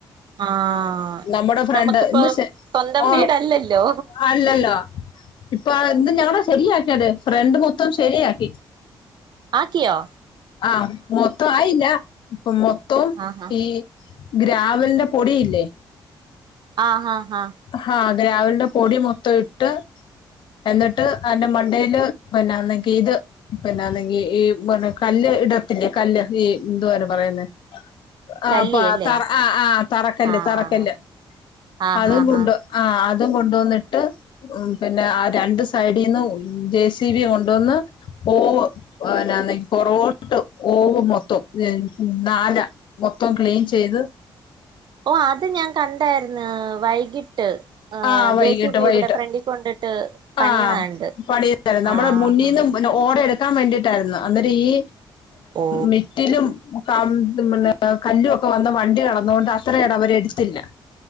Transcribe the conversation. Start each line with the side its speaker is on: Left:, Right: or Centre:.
Right: ആഹ്
Left: നമ്മുടെ ഫ്രണ്ട്
Right: നമുക്കിപ്പോ
Left: ഇന്ന് ശ
Right: സ്വന്തം
Left: ഓ-
Right: വീടല്ലല്ലോ
Left: അല്ലല്ലോ- ഇപ്പൊ എന്ത് ഞങ്ങളെ ശരിയാക്കിയത് ഫ്രണ്ട് മൊത്തം ശരിയാക്കി-
Right: ആക്കിയോ
Left: ആഹ് മൊത്തം ആയില്ല മൊത്തും-
Right: ആഹ് ആഹ്
Left: ഈ ഗ്രാവൽന്റെ പൊടിയില്ലേ-
Right: ആഹ് ആഹ് ആഹ്
Left: ഹ്ഹാ അതെ ഗ്രാവൾടെ പൊടി മൊത്തം ഇട്ട്- എന്നിട്ട് അയ്ന്റെ മണ്ടയില് പിന്നെന്നങ്കി ഇത് പിന്നല്ലങ്കി ഈ കല്ല് ഇടത്തില്ലേ കല്ല് ഈ എന്തുവെ അയ്‌ന് പറയുന്നെ ആ
Right: ചല്ലിയല്ലേ
Left: പ്പ ത ആ ആ തറക്കല്ല്
Right: ആഹ്
Left: തറക്കല്ല്
Right: ആഹ്
Left: അതും-
Right: ഹാ ഹാ
Left: ആഹ് അതും കൊണ്ടുവന്നിട്ട്- ഉം പിന്നെ ആ രണ്ടു സൈഡിൽന്ന് ജെ സി ബി കൊണ്ടുവന്ന്- ഓവ് പിന്നേങ്കി പൊറോകോട്ട് ഓവ് മൊത്തവും <unintelligible> മൊത്തം ക്ലീൻ ചെയ്ത്-
Right: ഓ അത് ഞാൻ കണ്ടായിര്ന്ന് വൈകിട്ട്-
Left: ആഹ് വൈകിട്ട്
Right: ജെ സി ബി
Left: വൈകിട്ട്-
Right: ഇവിടെ ഫ്രണ്ടി കൊണ്ടിട്ട് പണിയണ
Left: ആ
Right: കണ്ട്
Left: <unintelligible> നമ്മള്
Right: ആഹ്
Left: മുന്നിന്നും ഓട് എടു- ടുക്കാൻ ൻ വേണ്ടിട്ടായിരുന്നു അന്നേരം ഈ
Right: ഓ
Left: മിറ്റിലും- <unintelligible> പിന്നെ കല്ലുമൊക്കെ വന്ന് വണ്ടി കടന്നുകൊണ്ട് അത്ര ഇട അവര് എടുത്തില്ല-